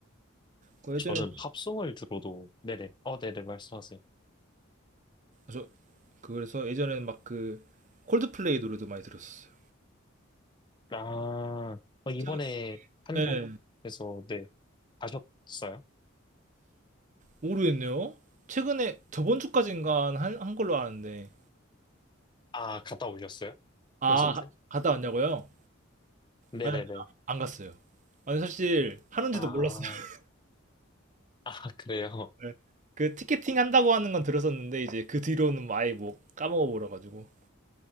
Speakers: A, on the right; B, on the left.
A: 그
B: 저는
A: 예전에
B: 팝송을 들어도, 네네. 어, 네네, 말씀하세요.
A: 저 그래서 예전에는 막 그 콜드플레이 노래도 많이 들었었어요.
B: 아, 어, 이번에
A: 최근-
B: 한국에서,
A: 예,
B: 네, 가셨어요?
A: 모르겠네요. 최근에 저번 주까지인가 한, 한 걸로 아는데
B: 아, 갔다 오셨어요?
A: 아
B: 콘서트?
A: 가- 갔다 왔냐고요?
B: 네네네.
A: 아니 안 갔어요. 아니 사실 하는지도
B: 아,
A: 몰랐어요. <laughs>
B: 아, 그래요?
A: 예. 그 티켓팅 한다고 하는 건 들었었는데 이제 그 뒤로는 뭐 아예 뭐 까먹어 버려 가지고.